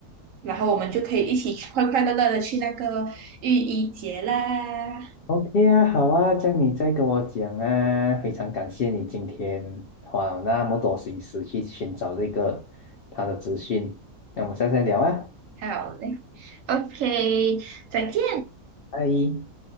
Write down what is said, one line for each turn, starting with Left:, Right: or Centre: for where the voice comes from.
Right: 然后我们就可以一起快快乐乐的去那个浴衣节啦。
Left: OK 啊，好啊，这样你再跟我讲啊，非常感谢你今天花了那么多心思去寻找这个他的资讯，那我们下次再聊啊，
Right: 好嘞，OK，再见。
Left: 拜。